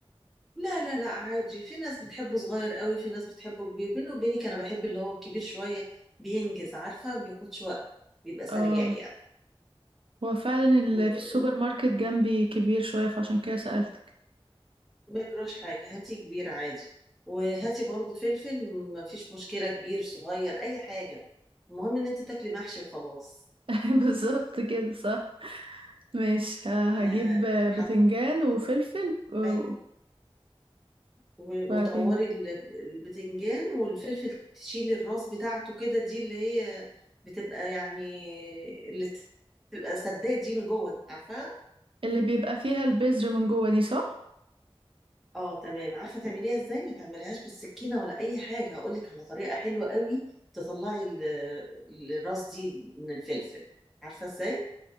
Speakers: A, in the centre; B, on the right.
A: لا لا لا عادي في ناس بتحبه صغير قوي في ناس بتحبه كبير بيني وبينك انا بحب اللي هو الكبير شويه بينجز عارفه ما بياخدش وقت بيبقى سريع
B: اه
A: يعني
B: هو فعلا اللي
A: و-
B: في السوبر
A: و-
B: ماركت جنبي كبير شوية فعشان كده سألتك
A: وما يجراش حاجه هاتي كبير عادي وهاتي برضو فلفل ما فيش مشكله كبير صغير اي حاجه المهم ان انت تاكلي محشي وخلاص
B: <laughs> بالظبط كده صح ماشي ه-
A: آه
B: هجيب آه، بتنجان
A: حط
B: وفلفل آه،
A: ايوه و-
B: وبعدين
A: وتقوري ال- البتنجان والفلفل تشيلي الراس بتاعته كده دي اللي هي بتبقى يعني اللي بتبقى سداد دي من جوه عارفاها
B: اللي بيبقى فيها البذر من جوه دي صح؟
A: اه تمام عارفه تعمليها ازاي ما تعمليهاش بالسكينه ولا اي حاجه هقول لك على طريقه حلوه قوي تطلعي ال- الراس دي من الفلفل عارفه ازاي